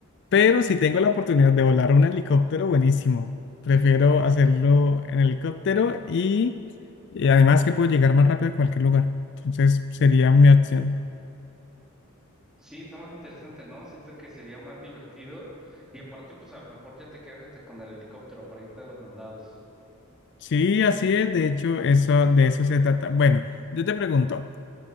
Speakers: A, on the left; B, in the centre.
A: pero si tengo la oportunidad de volar un helicóptero, buenísimo. Prefiero hacerlo en helicóptero y, y además que puedo llegar más rápido a cualquier lugar. Entonces sería mi opción.
B: Sí, está más interesante, ¿no? Siento que sería más divertido y aparte, pues a lo mejor ya te quedas hasta con el helicóptero para irte a los mandados.
A: Sí, así es. De hecho, eso, de eso se trata. Bueno, yo te pregunto.